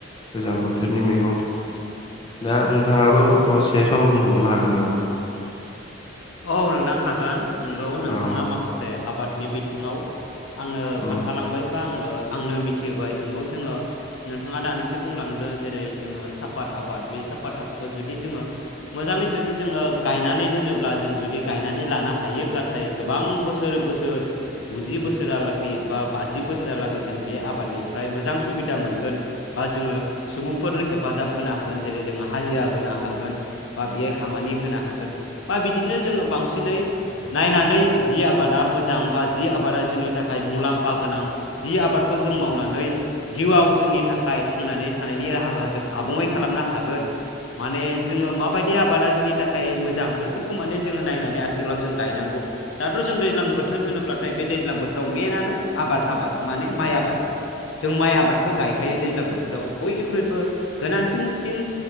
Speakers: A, on the left (about 25°); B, on the left (about 85°).
A: गोजां बोथोरनि मैगं दा नोंथाङाबो बाव से सम बुंबावनो हागोन नामा
B: औ नोंथां हागोन नोंगौ नोंथाङा
A: अ
B: माखासे आबादनि बिथिङाव आंनो
A: अ
B: खोन्थालांबायबा आङो आंनो मिथिहोबाय नोंगौ जोङो नोंथाङा दानैसो बुंलांदो जेरै जोङो सापात आबाद बे साफात आबाद आबादखौ जुदि जोङो मोजाङै जुदि जोङो गायनानै दोनोब्ला जों जुदि गायनानै लानो हायोब्लाथाय गोबां बोसोर बोसोर गुजि बोसोरालागै बा बाजि बोसोरहालागै जों बे आबादनिफ्राय मोजां सुबिदा मोनगोन बा जोङो सुबुंफोरनो हेफाबा हेफाजाब होनो हागोन जेरै जोङो हाजिरा होनो हागोन बा बेहाय खामानि होनो हागोन बा बिदि बिदिनो जोङो बांसिनै नायनानै जि आबादा मोजां बा जि आबादा जोंनि थाखाय मुलाम्फा गोनां जि आबादखौ जों मावनानै जिउआव जोंनि थाखाय थांनानै थानायनि राहाखौ जों आबुङै खालामो खालामनो हागोन माने जोङो माबायदि आबादा जोंनि थाखाय मोजां बै फोरखौ माने जोङो नायनानै आथिखालाव जों गायनांग दाथ' जों दैज्लां बोथोर होनोब्लाथाय बे दैज्लां बोथोराव मेन जानो आबाद आबाद माने माइ आबाद जों माइ आबादखौ गायखायो दैज्लां बोथोराव बयनिख्रुइबो गोनांथि आथिंसिन